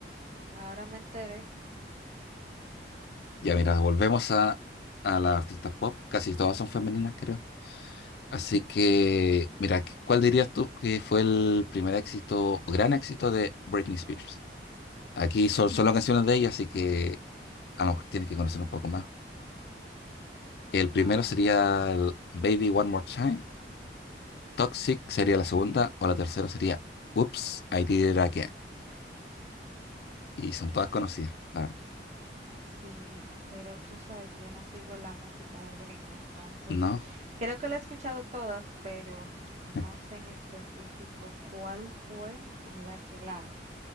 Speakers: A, on the right; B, on the left.
A: Ahora me enteré.
B: Ya mira, volvemos a, a las artistas pop. Casi todas son femeninas, creo. Así que, mira, ¿qué- ¿cuál dirías tú que fue el primer éxito, o gran éxito de Britney Spears? Aquí son solo canciones de ella, así que a lo mejor tienes que conocer un poco más. El
A: Wow.
B: primero sería el Baby One More Time, Toxic sería la segunda, o la tercera sería Oops, I Did It Again. Y son todas conocidas, la verdad.
A: Sí, pero tú sabes, yo no sigo la música de Britney, entonces
B: ¿No?
A: creo que la he escuchado todas, pero
B: <laughs>
A: no sé en específico cuál fue la que la,